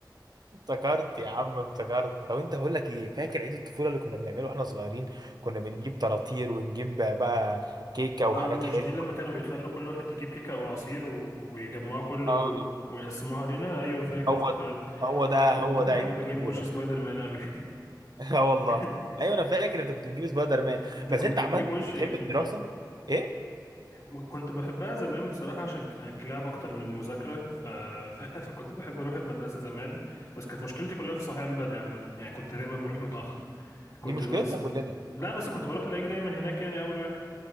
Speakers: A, on the right; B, on the left.
A: افتكرت يا عم افتكرت طب انت هقول لك ايه فاكر عيد الطفوله اللي كنا بنعمله واحنا صغيرين كنا بنجيب طراطير ونجيب بقى كيكه
B: آه
A: وحاجات
B: مش
A: حلوه
B: دي لما كانوا بيخلوا كل واحد يجيب كيكه او عصير و... ويجمعوا كله
A: اه
B: ويقسموها علينا ايوه فاكر
A: هو
B: افتكرت
A: ده هو ده
B: كنت
A: هو
B: بحب
A: ده عيد الطفوله
B: اجيب وش سبايدر مان قوي
A: <laughs> اه والله
B: <laughs>
A: ايوه انا فاكر انت كنت بتجيب سبايدر مان
B: انت
A: بس
B: كنت
A: انت عمال
B: بتجيب وش
A: كنت بتحب
B: ايه
A: الدراسه ايه
B: م- كنت بحبها زمان بصراحة عشان كانت لعب اكتر من المذاكرة ف... <laughs> ف... فكنت بحب اروح المدرسة زمان بس كانت مشكلتي كلها في الصحيان بدري عامة يعني كنت دايما بروح متأخر كنت
A: دي مشكلتنا
B: بس
A: كلنا
B: لا بس كنت بروح الاقيك دايما هناك يعني اول واحد